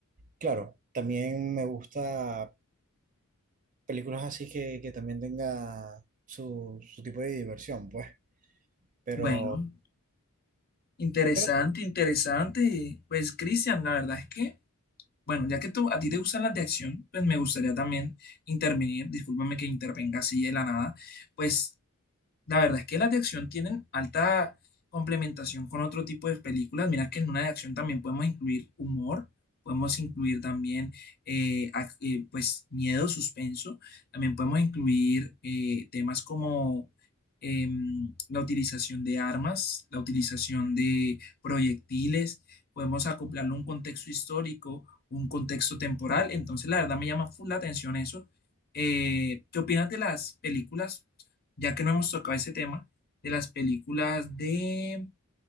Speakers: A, on the right; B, on the left.
A: Claro, también me gusta películas así que, que también tenga su, su tipo de diversión, pues. Pero,
B: Bueno, interesante,
A: pero
B: interesante. Pues Cristian, la verdad es que, bueno, ya que tú, a ti te gustan las de acción, pues me gustaría también intervenir. Discúlpame que intervenga así de la nada. Pues La verdad es que las de acción tienen alta complementación con otro tipo de películas. Mira que en una de acción también podemos incluir humor, podemos incluir también eh, ac- eh, pues miedo, suspenso, también podemos incluir eh, temas como em, la utilización de armas, la utilización de proyectiles, podemos acoplarlo a un contexto histórico, un contexto temporal. Entonces, la verdad me llama full la atención eso. Eh, ¿qué opinas de las películas? ya que no hemos tocado ese tema, de las películas de,